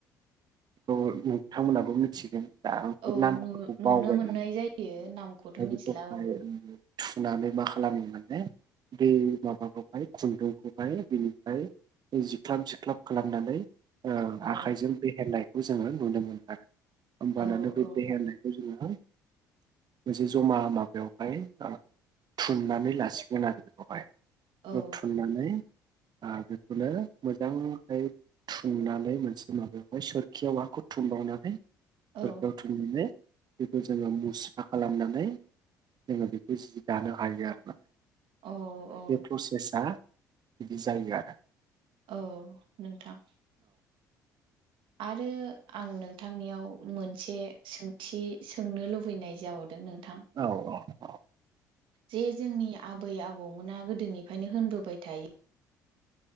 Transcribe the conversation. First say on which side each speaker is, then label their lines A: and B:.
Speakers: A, on the right; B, on the right.
A: बेखौ नोंथांमोनहाबो मिथिगोन दा
B: औ
A: नामफोरखौ
B: नुनो
A: बावबायमोन
B: मोननाय जायो नामखौथ'
A: दा
B: मिथिला
A: बेखौहाय
B: औ
A: थुनानै मा खालामो माने बे माबाखौहाय खुन्दुंखौहाय बिनिफ्राय जिख्लाब जिख्लाब खालामनानै अ
B: औ
A: आखाइजों देहेरनायखौ जोङो नुनो मोनो आरो होमबानानो
B: औ औ
A: बे देहेरनायखौ जोङो
B: <inaudible>
A: मोनसे जमा माबायावहाय आ थुननानै लासिगोन आरो बेखौहाय
B: औ
A: बुथुमनानै अ बेखौनो मोजाङैहाय थुननानै मोनसे माबायावहाय सोर खेवाखौ थुमबावनानै सोरखायाव
B: औ
A: थुमनानै बेखौ जोङो मुस्रा खालामनानै जोङो बेखौ जि दानो हायो आरोना
B: औ औ
A: बे प्रसेसा बिदि जायो आरो
B: औ नोंथां आरो आं नोंथांनियाव मोनसे सोंथि सोंनो लुबै फैनाय जाबावदों नोंथां
A: औ औ
B: जे जोंनि आबै आबौमोना गोदोनिफ्रायनो होनबोबाय थायो